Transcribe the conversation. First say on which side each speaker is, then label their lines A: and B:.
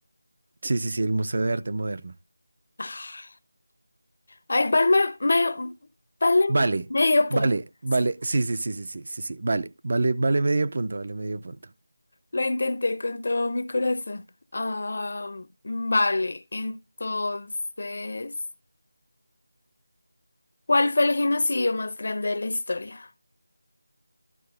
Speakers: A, on the right (about 40°); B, on the left (about 45°).
A: Sí, sí, sí, el Museo de Arte Moderno.
B: Ah, Ay, válme- me- váleme
A: Vale,
B: medio punto.
A: vale, vale.
B: sí.
A: Sí, sí, sí, sí, sí, sí, sí. Vale, vale, vale medio punto, vale medio punto.
B: Lo intenté con todo mi corazón. Ah, vale, entonces, ¿cuál fue el genocidio más grande de la historia?